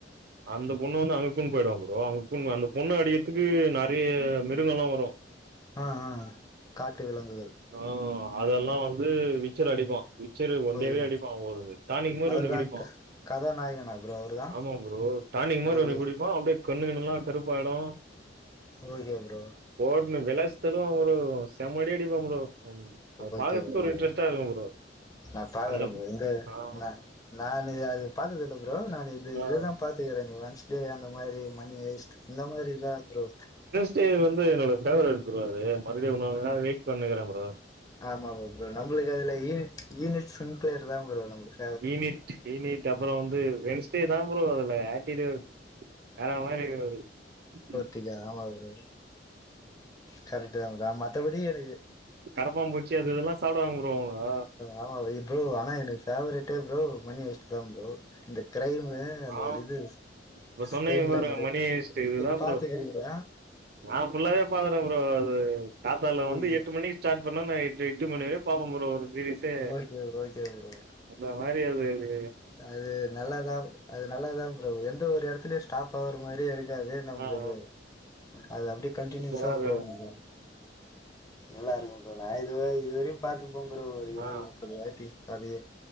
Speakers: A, on the right; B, on the left.
A: அந்த பொண்ண வந்து அங்க கூட்னு போயிடுவா ப்ரோ அங்க கூட்னு அந்த பொண்ணு அடிக்கிறத்துக்கு நெறைய மிருகங்கள்ல்லா வ ரு
B: ஆ ஆ காட்டு விலங்குகள்
A: ஆ அதெல்லா வந்து விச்சர் அடிப்பா விச்சர் ஒண்டியாவே
B: ஓகே
A: அடிப்பா ஒரு டானிக்கு மாரி
B: அவர்தா
A: ஒண்ணு குடிப்பா
B: கதாநாயகனா ப்ரோ அவர்தா
A: ஆமா ப்ரோ டானிக் மாரி
B: ஓகே
A: ஒன்னு குடிப்பா அப்டியே கண்ணு கிண்ணுல்லா கருப்பாயிடு
B: ஓகே ப்ரோ
A: போட்ணு விலாசி தள்ளுவா ப்ரோ செம அடி அடிப்பா ப்ரோ அது
B: ஓகே
A: பாக்றதுக்கே
B: ஓகே
A: ஒரு இன்ட்ரஸ்ட்டா இருக்கு ப்ரோ
B: நா பாக்கற
A: அந்த
B: ப்ரோ இந்த
A: ஆ
B: நா நானு இது அது பாத்தது இல்ல ப்ரோ நானு இது
A: ஆ
B: இதுதா பா த்துக்கிற இந்த ஹண்ட் ஸ்டே அந்த மாதிரி மணி ஹெய்ஸ்ட் இந்த மாதிரிதா ப்ரோ
A: ஸ்டே வந்து என்னோட ஃபேவரைட் ப்ரோ அது மறுபடியு இன்னு அதுக்காக வெயிட் பண்ணுனுருக்கற ப்ரோ
B: ஆமா ப்ரோ ப்ரோ நம்ளுக்கு அதுல ஈனிட் ஈனிட் ஸ்கின் கேர் தா ப்ரோ நம்ளுக்
A: ஈனிட் ஈனிட் அப்புற வந்து ரென்ஸ் ஓகே தா ப்ரோ அதுல அட்டிடியூட் வேற மாரி <unintelligible>
B: டிகே ஆமா ப்ரோ கரெக்ட்டு தா ப்ரோ அ மத்தபடி எனக்
A: கரப்பா பூச்சி அது இதெல்லா சாப்டாங் ப்ரோ அவனுக
B: ஆமா ப்ரோ ஏ ப்ரோ ஆனா எனக்கு ஃபேவரட்டே ப்ரோ மணி ஏஷ்ட் தா ப்ரோ இந்த கிரைமு அந்த
A: ஆ
B: ஒரு இது
A: இப்ப சொன்னீங்க
B: ஸ்பெயின்
A: பாருங்க
B: லேனரு
A: மணி ஹேஸ்ட் இதுதா
B: நீங்க பாத்திருக்கீங்ளா
A: ப்ரோ நா ஃபுல்லாவே பாத்தட்ட ப்ரோ அது காத்தால வந்து
B: ஓகே
A: எட்டு மணிக் ஸ்டாட் பண்ணா நா எட்டு எட்டு மணி வரியு பாப்பே ப்ரோ ஒரு சீரிஸ்சே
B: ஓகே ஓகே ப்ரோ
A: அந்த மாரி அது இது
B: அது நல்லாதா அது நல்லாதா ப்ரோ எந்த ஒரு எடத்துலயு ஸ்டாப் ஆர மாரியே இருக் காது நம்ளுக்கு
A: ஆ ஆ
B: அது அப்டி கன்டினியூஸா
A: சூப்பரா இருக்கு
B: போகு ப்ரோ நல்லா இருக்கு ப்ரோ நா இதுவரி இதுவரியும் பாத்துருப்ப ப்ரோ ஒரு இருவது
A: ஆ
B: முப்பது வாட்டி கதையே